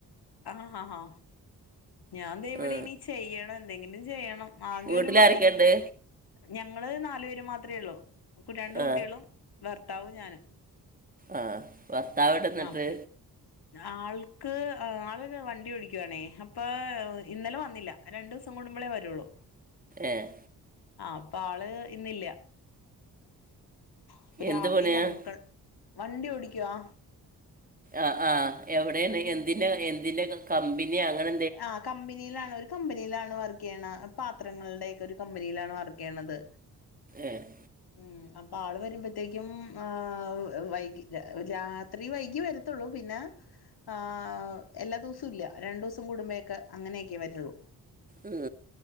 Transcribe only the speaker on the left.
ആഹ് ആഹ് ഞാൻ ദേ ഇവിടെ
ഇനി ചെയ്യണം എന്തെങ്കിലും ചെയ്യണം ആകെ
ഒരു മടി ഞങ്ങള് നാലു പേര് മാത്രേ ഉള്ളൂ രണ്ട്
കുട്ടികളും ഭർത്താവും ഞാനും
അപ്പെ ആൾക്ക് ആളൊരു വണ്ടി ഓടിക്കുവാണേ അപ്പോ ഇന്നലെ വന്നില്ല രണ്ട് ദിവസം കൂടുമ്പളേ വരുള്ളൂ <inaudible>
ആഹ് അപ്പൊ ആള് ഇന്നില്ല അപ്പൊ രാവിലെ
ഞങ്ങങ്കൾ വണ്ടി ഓടിക്കുവാ
ആഹ് കമ്പനിയിലാണ് ഒരു കമ്പനിയിലാണ് വർക്ക് ചെയ്യണ പാത്രങ്ങളുടെ ഒക്കെ ഒരു കമ്പനിയിലാണ് വർക്ക് ചെയ്യണത്
ഉം അപ്പൊ ആള് വരുമ്പോത്തേക്കും ആഹ് വൈകി ര രാ ത്രി വൈകി വരത്തുള്ളൂ പിന്നെ ആഹ് എല്ലാ ദിവസവും ഇല്ല രണ്ട് ദിവസു കുടുംബൊകെ അങ്ങനൊക്കെ വരുള്ളൂ